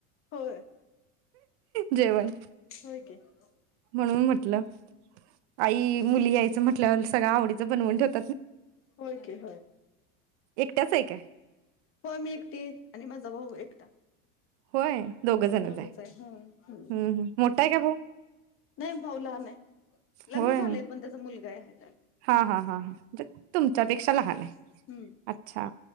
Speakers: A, on the left (about 30°); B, on the right (about 50°).
A: होय
B: जेवण,
A: होय की हम्
B: म्हणून म्हटल. <unintelligible> आई मुलगी याय म्हटल्यावर सगळ आवडीचं बनवून ठेवत
A: होय की होय,
B: एकट्याच आहे काय
A: होय मी एकटी ये. आणि माझ भाऊ एकटा.
B: होय दोघं जणच
A: दोघच आहे. हम.. हम
B: हम्म हम्म मोठा आहे का भाऊ
A: नाही भाऊ लहान आहे. लग्न
B: होय
A: झालंय पण त्याच मुलग <unintelligible>
B: हा हा हा हा तुमच्यापेक्षा लहान आहे.
A: हम्म
B: अच्छा